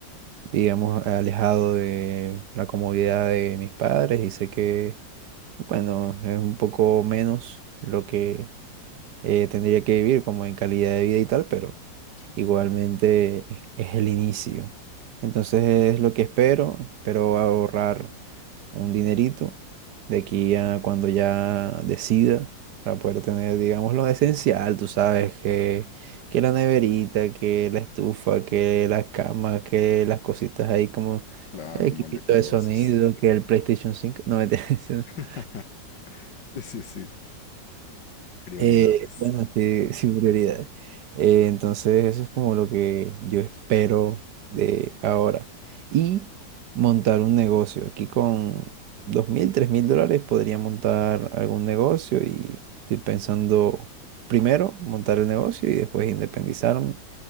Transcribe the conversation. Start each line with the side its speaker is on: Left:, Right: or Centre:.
Right: digamos, alejado de la comodidad de mis padres y sé que bueno, es un poco menos lo que eh, tendría que vivir como en calidad de vida y tal, pero
Left: Sí,
Right: igualmente es, es el inicio. Entonces es lo que espero, espero ahorrar un dinerito de aquí a cuando ya decida para poder
Left: sí, sí.
Right: tener,
Left: sí.
Right: digamos, lo esencial, tú sabes, que, que la neverita, que la estufa, que la cama, que las cositas ahí como
Left: Claro,
Right: el
Left: un
Right: equipito
Left: buen de cosas.
Right: de sonido, que el PlayStation 5 no me <laughs>
Left: <laughs> Sí, sí, sí. Prioridades.
Right: Eh, bueno, sí, <laughs> sin prioridades. Eh, entonces, eso es como lo que yo espero de ahora. Y montar un negocio. Aquí con dos mil tres mil dólares podría montar algún negocio y estoy pensando primero montar el negocio y después independizarme